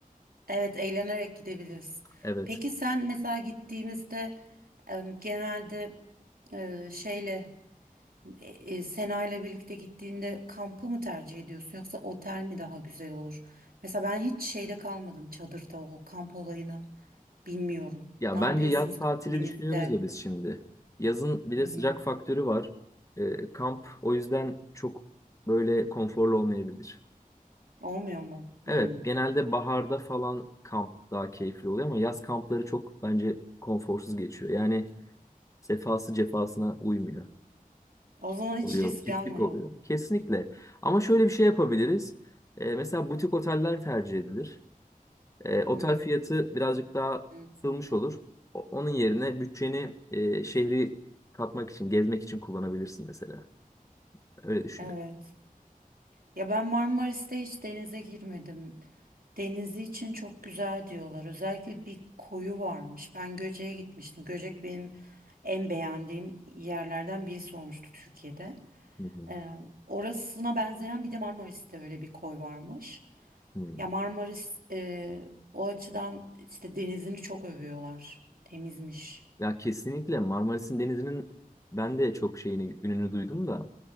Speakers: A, on the right (about 85°); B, on the left (about 20°).
A: Evet, eğlenerek gidebiliriz.
B: Evet.
A: Peki sen mesela gittiğimizde em, genelde e, şeyle e, e, Sena ile birlikte gittiğinde kampı mı tercih ediyorsun yoksa otel mi daha güzel olur? Mesela ben hiç şeyde kalmadım çadırda o kamp olayını bilmiyorum.
B: Ya
A: Ne yapıyorsunuz
B: bence yaz tatili
A: gittiğinizde?
B: düşünüyoruz ya biz şimdi. Yazın bir
A: Hı
B: de
A: hı.
B: sıcak faktörü var. Ee, kamp o yüzden çok böyle konforlu olmayabilir.
A: Olmuyor mu? Hmm.
B: Evet, genelde baharda falan kamp daha keyifli oluyor ama yaz kampları çok bence konforsuz geçiyor. Yani sefası cefasına uymuyor.
A: O zaman hiç
B: Oluyor,
A: risk
B: pislik
A: almayalım.
B: oluyor. Kesinlikle. Ama şöyle bir şey yapabiliriz. Ee, mesela butik oteller tercih edilir. E, otel
A: Hı
B: fiyatı birazcık daha
A: hı.
B: kısılmış olur. O- Onun yerine bütçeni e, şehri tatmak için, gezmek için kullanabilirsin mesela. Öyle düşünüyorum.
A: Evet. Ya ben Marmaris'te hiç denize girmedim. Denizi için çok güzel diyorlar. Özellikle bir koyu varmış. Ben Göcek'e gitmiştim. Göcek benim en beğendiğim yerlerden birisi olmuştu Türkiye'de.
B: Hı hı.
A: Ee, orasına benzeyen bir de Marmaris'te öyle bir koy varmış.
B: Hı.
A: Ya Marmaris e, o açıdan işte denizini çok övüyorlar. Temizmiş.
B: Ya kesinlikle Marmaris'in denizinin ben de çok şeyini ününü duydum da.